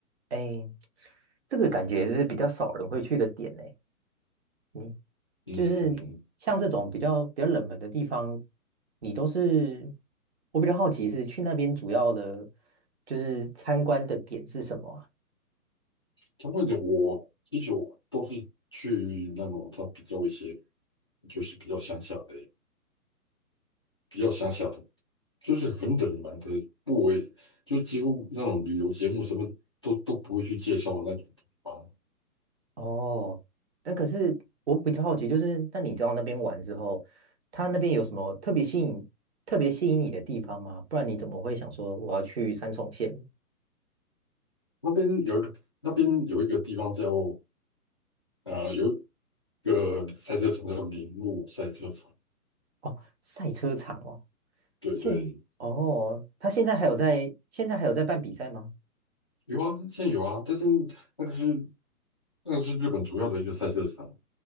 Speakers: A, on the right; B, on the left.
A: 哎，这个感觉是比较少人会去的点呢。你
B: 嗯，
A: 就是像这种比较比较冷门的地方，你都是我比较好奇是去那边主要的，就是参观的点是什么啊？
B: 相关点我其实我都是去那种它比较一些就是比较乡下的比较乡下的。就是很冷门的部位，就几乎那种旅游节目什么都都不会去介绍那种地方。
A: 哦，那可是我比较好奇，就是那你到那边玩之后，他那边有什么特别吸引特别吸引你的地方吗？不然你怎么会想说我要去三重县？
B: 那边有一个那边有一个地方叫呃有一个赛车场叫铃鹿赛车场，
A: 哦，赛车场哦，
B: 对对，
A: 现哦，他现在还有在现在还有在办比赛吗？
B: 有啊，现在有啊，但是那个是那个是日本主要的一个赛车场。